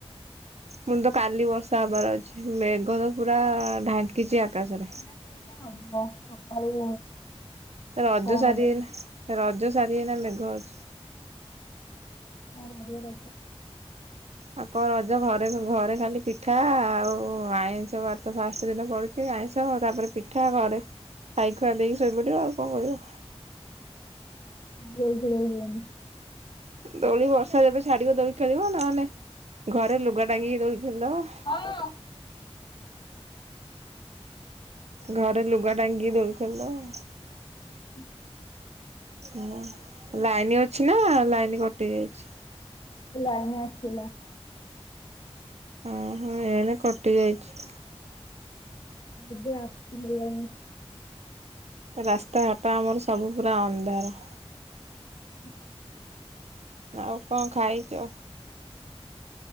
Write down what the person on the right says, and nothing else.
ମୁଁ ତ କାଲି ବର୍ଷା ହବାର ଅଛି ମେଘ ତ ପୁରା ଢାଙ୍କ କିଛି ଆକାଶରେ
ରଜ
ସାରି
ହେଇନା ରଜ ସାରି ହେଇନା ମେଘ ଅଛି।
ଆଉ କଣ ରଜ ଘରେ ଘରେ ଖାଲି ପିଠା ଆଉ ଆଇଁଷ ବାର ତ ଫାଷ୍ଟ ଦିନ ପଡୁଛି। ଟିକେ ଆଇଁଷ ତାପରେ ପିଠା ଘରେ ଖାଇ ଖୁଆ ଦେଇକି ଶୋଇପଡ଼ିବ ଆଉ କଣ କରିବ।
ଦୋଳି ବର୍ଷା ଯେବେ ଛାଡିବ ଦୋଳି ଖେଳିବ ନହେନେ ଘରେ ଲୁଗା ଟାଙ୍ଗିକି ଦୋଳି ଖେଳିଦବ
ଘରେ ଲୁଗା ଟାଙ୍ଗିକି ଦୁଳି ଖୋଲିଦେବ
ହଁ ଲାଇନ ଅଛି ନା ଲାଇନ କଟି ଯାଇଛି?
ଓ ହୋ ଏ କଟି ଯାଇଛି।
ରାସ୍ତାଘାଟ ଆମର ସବୁ ପୁରା ଅନ୍ଧାର।
ଆଉ କଣ ଖାଇଛ?